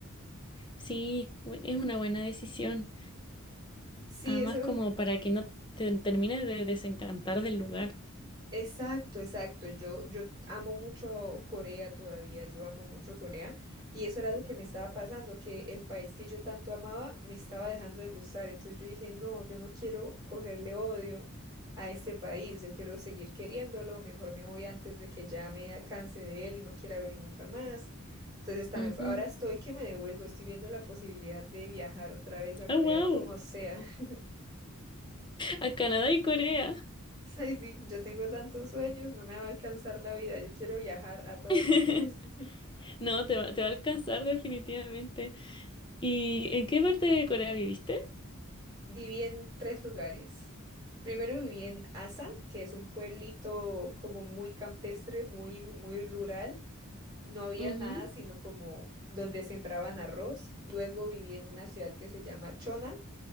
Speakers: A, on the left; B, on the right.
A: Sí, bu- es una buena decisión.
B: Sí,
A: Además,
B: eso
A: como para que no te termines de desencantar del lugar.
B: Exacto, exacto. Yo, yo amo mucho Corea todavía, yo amo mucho Corea. Y eso era lo que me estaba pasando, que el país que yo tanto amaba me estaba dejando de gustar. Entonces yo dije, no, yo no quiero cogerle odio a este país, yo quiero seguir queriéndolo, mejor me voy antes de que ya me canse de él y no quiera verlo nunca más. Entonces también
A: Ujú.
B: fue- ahora estoy que me devuelvo, estoy viendo la posibilidad de viajar otra vez a
A: ¡Ah,
B: Corea,
A: wow!
B: como sea. <laughs>
A: A Canadá y Corea.
B: Ay, sí, yo tengo tantos sueños, no me va a alcanzar la vida. Yo quiero viajar a todo el
A: <laughs>
B: mundo. <laughs>
A: No, te va, te va a alcanzar definitivamente. ¿Y en qué parte de Corea viviste?
B: Viví en tres lugares. Primero viví en Asan, que es un pueblito como muy campestre, muy, muy rural. No había
A: Ujú.
B: nada sino como donde sembraban arroz. Luego viví en una ciudad que se llama Chonan,